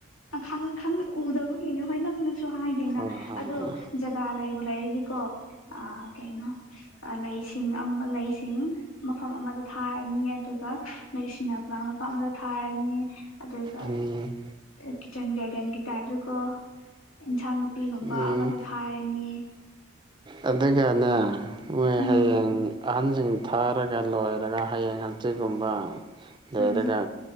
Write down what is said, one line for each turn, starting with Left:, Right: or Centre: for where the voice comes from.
Left: ꯑ ꯈꯪ ꯈꯪ ꯎꯗꯕ ꯏꯅꯦ ꯍꯣꯏ ꯅꯪꯅꯁꯨ ꯍꯥꯏꯗꯦꯅ
Right: ꯍꯣꯏ ꯍꯣꯏ
Left: ꯑꯗꯣ
Right: ꯍꯣꯏ
Left: ꯖꯒꯥ ꯂꯩꯕ ꯂꯩꯔꯤꯁꯤꯀꯣ ꯑ ꯀꯩꯅꯣ ꯂꯩꯁꯤꯡ ꯂꯩꯁꯤꯡ ꯃꯐꯝ ꯑꯃꯗ ꯊꯥꯔꯅꯤ ꯑꯗꯨꯒ ꯃ ꯁꯤꯅꯥꯄ꯭ꯂꯥꯟ ꯃꯐꯝ ꯑꯃꯗ ꯊꯥꯔꯅꯤ ꯑꯗꯨꯒ
Right: ꯎꯝ
Left: ꯀꯤꯠꯆꯟ ꯒꯥꯔꯗꯦꯟꯒꯤꯇꯥ ꯑꯗꯨꯒ ꯏꯟꯁꯥꯡ ꯄꯤꯒꯨꯝꯕ
Right: ꯎꯝ
Left: ꯑꯃꯗ ꯊꯥꯔꯅꯤ
Right: ꯑꯗꯨꯒꯅꯦ ꯃꯣꯏ
Left: ꯎꯝ
Right: ꯍꯌꯦꯡ ꯑꯍꯟꯁꯤꯡ ꯊꯥꯔꯒ ꯂꯣꯏꯔꯒ ꯍꯌꯦꯡ ꯍꯪꯆꯤꯒꯨꯝꯕ ꯂꯩꯔꯒ
Left: ꯎꯝ